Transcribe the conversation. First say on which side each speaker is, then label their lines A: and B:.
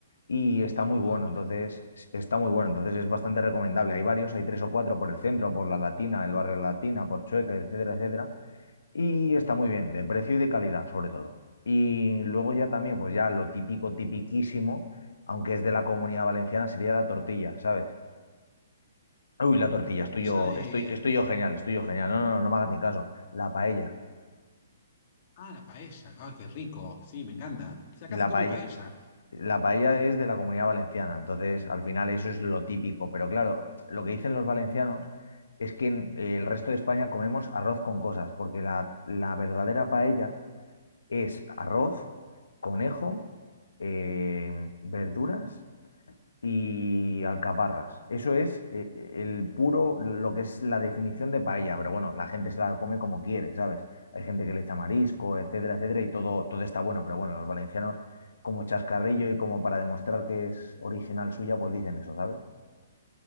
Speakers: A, on the left; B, on the left.
A: Y está
B: La
A: muy
B: búa,
A: bueno,
B: mira.
A: entonces, está muy bueno, entonces es bastante recomendable. Hay varios, hay tres o cuatro por el centro, por La Latina, el barrio Latina, por Chueca, etcétera, etcétera. Y está muy bien, de precio y de calidad, sobre todo. Y luego ya también, pues ya lo típico, tipiquísimo, aunque es de la Comunidad Valenciana, sería la tortilla, ¿sabes? Uy, la tortilla,
B: La tortilla
A: estoy yo,
B: de...
A: estoy, estoy yo genial, estoy yo genial. No, no, no, no me hagas ni caso. La paella.
B: Ah, la paella. Ah, qué rico. Sí, me encanta. Si acá
A: Y la
B: se come
A: paella,
B: paella.
A: la paella es de la Comunidad Valenciana. Entonces, al final, eso es lo típico. Pero claro, lo que dicen los valencianos es que en el resto de España comemos arroz con cosas, porque la, la verdadera paella es arroz, conejo, eh, verduras y alcaparras. Eso es eh, el puro, lo que es la definición de paella, pero bueno, la gente se la come como quiere, ¿sabes? Hay gente que le echa marisco, etcétera, etcétera, y todo, todo está bueno, pero bueno, los valencianos como chascarrillo y como para demostrar que es original suya, pues dicen eso, ¿sabes?